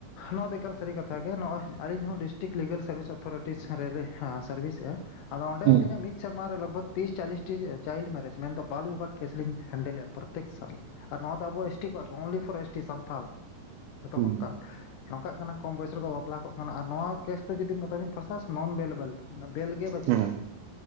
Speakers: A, on the left; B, on the right.
A: ᱱᱚᱣᱟ ᱫᱚ ᱮᱠᱟᱞ ᱥᱟᱹᱨᱤ ᱠᱟᱛᱷᱟ ᱜᱮ ᱱᱚᱜᱼᱚᱭ ᱟᱹᱞᱤᱧ ᱦᱚᱸ ᱰᱤᱥᱴᱤᱠ ᱞᱤᱜᱟᱞ ᱥᱟᱨᱵᱷᱤᱥ ᱚᱛᱷᱚᱨᱤᱴᱤᱡ ᱨᱮᱞᱤ ᱥᱟᱨᱵᱷᱤᱥ ᱮᱼᱟ᱾ ᱟᱫᱚ ᱚᱸᱰᱮ
B: ᱦᱩᱸ
A: ᱟᱞᱤᱧᱟᱜ ᱢᱤᱫ ᱥᱮᱨᱢᱟ ᱨᱮ ᱞᱚᱜᱽ ᱵᱷᱟᱜᱽ ᱛᱤᱨᱤᱥ ᱪᱟᱞᱞᱤᱥᱴᱤ ᱪᱟᱭᱤᱞᱰ ᱢᱮᱨᱮᱡᱽ ᱢᱮᱱᱫᱚ ᱵᱟᱞᱤ ᱵᱤᱵᱷᱟᱜᱽ ᱠᱮᱥ ᱞᱤᱧ ᱦᱮᱱᱰᱮᱞᱮᱫᱼᱟ ᱯᱨᱚᱛᱛᱮᱠ ᱥᱟᱞ ᱟᱨ ᱱᱚᱣᱟ ᱫᱚ ᱟᱵᱚ ᱮᱥ ᱴᱤ ᱠᱚᱣᱟᱜ ᱜᱮ ᱚᱱᱞᱤ ᱯᱷᱚᱨ ᱮᱥ ᱴᱤ ᱥᱟᱱ ᱛᱷᱟᱞ ᱡᱚᱛᱚ
B: ᱦᱩᱸ
A: ᱠᱷᱚ ᱚᱱᱠᱟ ᱱᱚᱝᱠᱟᱜ ᱠᱟᱱᱟ ᱠᱚᱢ ᱵᱚᱭᱮᱥ ᱨᱮᱠᱚ ᱵᱟᱯᱞᱟ ᱠᱚᱜ ᱠᱟᱱᱟ ᱟᱨ ᱱᱚᱣᱟ ᱠᱮᱥ ᱠᱚ ᱡᱩᱫᱤ ᱢᱮᱛᱟᱵᱤᱱ ᱯᱷᱟᱥᱟ ᱥᱮ ᱱᱚᱱ ᱮᱵᱮᱞᱮᱵᱮᱞ ᱢᱟᱱᱮ ᱵᱮᱞ ᱜᱮ ᱵᱟᱹᱪᱩᱜ
B: ᱦᱩᱸ
A: ᱟᱱᱟ᱾